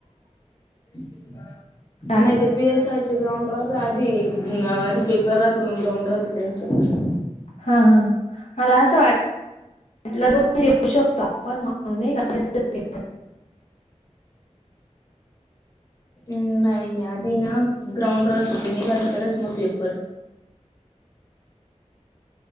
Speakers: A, on the left; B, on the left.
A: <inaudible>
B: काय
A: नाही ते पी एस आयचे ग्राउंड राहत आधी आधी पेपर राहतो मग ग्राउंड राहत त्यांचं
B: हा हा हा मला असं वाट- आपला दोन येऊ शकतो आपण मग नई का <unintelligible>
A: नाही आधी ना ग्राउंड राहत ते निघाल तरच म पेपर